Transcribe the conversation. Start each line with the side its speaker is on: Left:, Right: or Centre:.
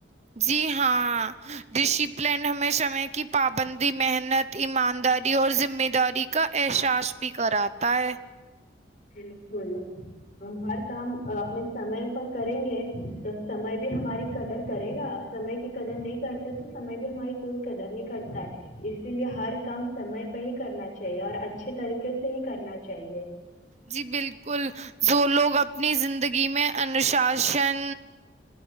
Right: جی ہاں ڈسپلین ہمیں سمے کی پابندی محنت ایمانداری اور ذمہ داری کا احساس بھی کراتا ہے
Left: بالکل ہم ہر کام اپنے سمے پ کریں گے تو سمے بھی ہماری قدر کرے گا سمے کی قدر نہیں کرتے تو سمے بھی ہماری کوئی قدر نہیں کرتا ہے اسی لیے ہر کام سمے پہ ہی کرنا چاہیے اور اچھے طریقے سے ہی کرنا چاہیے
Right: جی بالکل جو لوگ اپنی زندگی میں انوشاسن